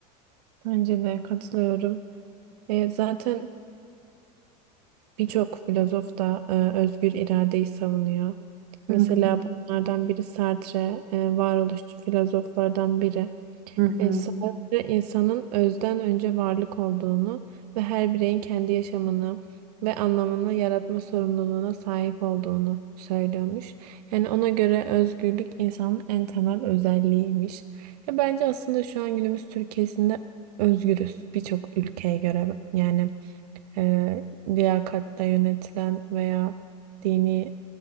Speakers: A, on the right; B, on the right.
A: Bence de katılıyorum. E, zaten Birçok filozof da e, özgür iradeyi savunuyor. Mesela
B: Hı
A: bunlardan biri Sartre, e, varoluşçu filozoflardan biri.
B: hı hı.
A: E, Sartre insanın özden önce varlık olduğunu ve her bireyin kendi yaşamını ve anlamını yaratma sorumluluğuna sahip olduğunu söylüyormuş. Yani ona göre özgürlük insanın en temel özelliğiymiş. Ya bence aslında şu an günümüz Türkiye'sinde özgürüz birçok ülkeye göre yani e, liyakatle yönetilen veya dini